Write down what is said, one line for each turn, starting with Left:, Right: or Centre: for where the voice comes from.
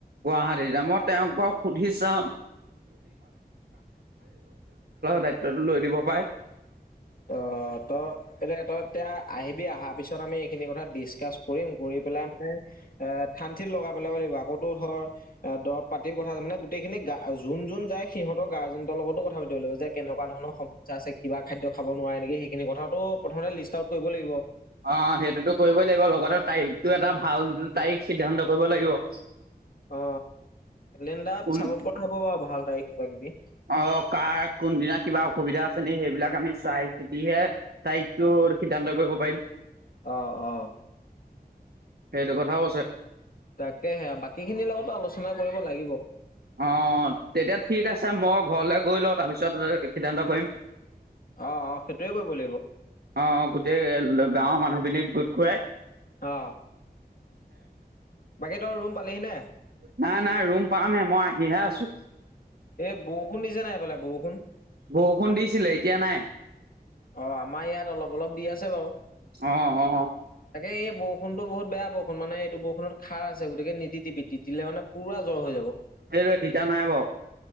Right: গুৱাহাটী নামত। তেওঁক ক সুধি চাম দায়িত্বটো লৈ দিব পাৰে।
Left: ত ত এতিয়া এতিয়া আহিবি অহাৰ পিছত আমি এইখিনি কথা ডিচকাচ। কৰিম কৰি পেলাই মানে। এ থঠান থিন লগাই পেলাব লাগিব আকৌতো ধৰ দৰৱ পাতিৰ কথা আছে মানে গোটেইখিনিা যোন যোন যায় সিহতৰ গাৰ্জেনৰ লগতো কথা পাতিব লাগিব যে কেনেকুৱা ধৰণৰ সমস্য আছে কিবা খাদ্য। খাব নোৱাৰে নেকি সেইখিনি কথাটো প্ৰথমতে লিষ্ট আউট কৰিব লাগিব।
Right: অ সেইটোতো কৰিবই লাগিব লগতে তাৰিখটো এটা ভাল তাৰিখ সিদ্ধান্ত কৰিব লাগিব।
Left: অ লেণ্ডাত
Right: কোন
Left: চাব পৰা হ'ব বাৰু ভাল তাৰিখ কিবা কিবি।
Right: অ কাৰ কোনদিনা কিবা অসুবিধা আছে নে সেইবিলাক আমি চাই চিতিহে তাৰিখটো সিদ্ধান্ত কৰিব পাৰিম।
Left: অ অ।
Right: সেইটো কথাও আছে।
Left: তাকেহে আৰু বাকী খিনিৰ লগতো আলোচনা কৰিব লাগিব।
Right: অ তেতিয়া ঠিক আছে মই ঘৰলে গৈ লওঁ তাৰপিছত সিদ্ধান্ত কৰিম।
Left: অ অ সেইটোয়ে কৰিব লাগিব
Right: অ গোটেই। গাঁৱৰ মানুহখিনিক গোট খুৱাই।
Left: অ বাকী তই ৰুম পালিহি নে
Right: নাই নাই ৰুম পামহে মই আহিহে আছো। থ <unintelligible>
Left: এই বৰষুণ নিজা নাইফালে বৰষুণ।
Right: বৰষুণ দিছিলে এতিয়া নাই।
Left: অ আমাৰ ইয়াত অলপ অলপ দি আছে বাৰু।
Right: অ অ
Left: তাকে এই বৰষুণটো বহুত বেয়া বৰষুণ মানে এইটো বৰষুণত খাৰ আছে গতিকে নিটাপি টিপালে মানে পুৰা জ্বৰ হৈ যাব।
Right: সেই তিতা নাই বাৰ